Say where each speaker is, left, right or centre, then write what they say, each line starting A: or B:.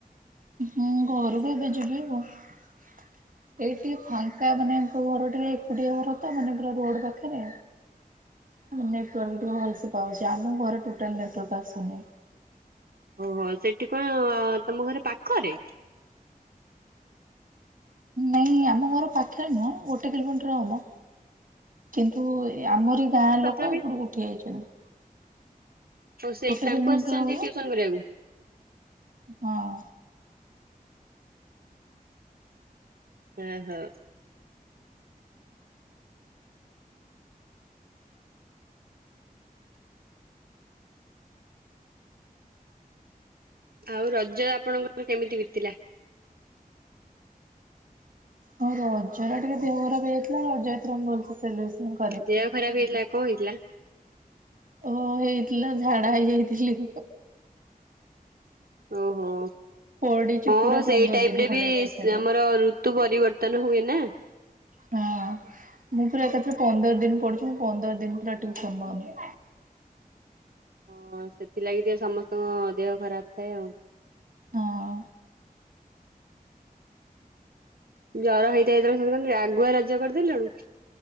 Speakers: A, on the right; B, on the right.
A: ମୁଁ ଘରକୁ ଏବେ ଯିବି ଆଉ ଏଇଠି ଟିକେ ଫାଙ୍କା ମାନେ ଆଙ୍କ ଘର ଟିକେ ଏକୁଟିଆ ଘର ତ ମାନେ ପୁରା ରୋଡ ପାଖରେ। ହୁଁ ନେଟୱାର୍କ ଟିକେ ଭଲସେ ପାଉଛି ଆମ ଘରେ ଟୋଟାଲ ନେଟୱାର୍କ ଆସୁନି।
B: ଓହୋ ସେଠି କଣ ତମ ଘର ପାଖରେ।
A: ନାଇଁ ଆମ ଘର ପାଖରେ ନୁହଁ ଗୋଟେ କିଲୋମିଟର ହବ। କିନ୍ତୁ ଏ ଆମରି ଗାଁ
B: ତଥାପି
A: ଲୋକ ଏପଟ କୁ ଉଠି ଆଇଛନ୍ତି।
B: ଓ ସେଇଠି
A: କିଲୋମିଟର
B: ତାଙ୍କୁ ଆସିଛନ୍ତି
A: ହବ
B: ଟିଉସନ କରିଆକୁ।
A: ହଁ।
B: ଏ ହୋ। ଆଉ ରଜ ଆପଣଙ୍କ ର କେମିତି ବିତିଲା।
A: ହଁ ରଜ ରା ଟିକେ ଦେହ ଖରାପ ହେଇ ଯାଇଥିଲା ରଜ ଏଥିରେ ମୁଁ ଭଲ ସେ ସେଲିବ୍ରେସନ କ
B: ଦେହ ଖରାପ ହେଇଥିଲା କଣ ହେଇଥିଲା।
A: ଓ ହେଇଥିଲା ଝାଡା ହେଇ ଯାଇଥିଲି।
B: ଓହୋ।
A: ପଡିଛି
B: ହଁ
A: ପୁରା ପନ୍ଦର
B: ସେଇ ଟାଇମ
A: ଦିନ
B: ରେ
A: ଖଣ୍ଡେ
B: ବି
A: ଏକାଥରେ।
B: ସ୍ ଆମର ଋତୁ ପରିବର୍ତ୍ତନ ହୁଏ ନା।
A: ହଁ। ମୁଁ ପୁରା ଏକାଥରେ ପନ୍ଦର ଦିନ ପଡ଼ିଛି ମୁଁ ପନ୍ଦର ଦିନ ପୁରା ଟିଉସନ ବନ୍ଦ।
B: ହଁ ସେଥିଲାଗି ଟିକେ ସମସ୍ତଙ୍କ ଦେହ ଖରାପ ଥାଏ ଆଉ।
A: ହଁ।
B: ଜର ହେଇଥାଏ ଯେତେବେଳେ ସମତେ କୁହନ୍ତିନି ଆଗୁଆ ରଜ କରି ଦେଲୁଣୁ।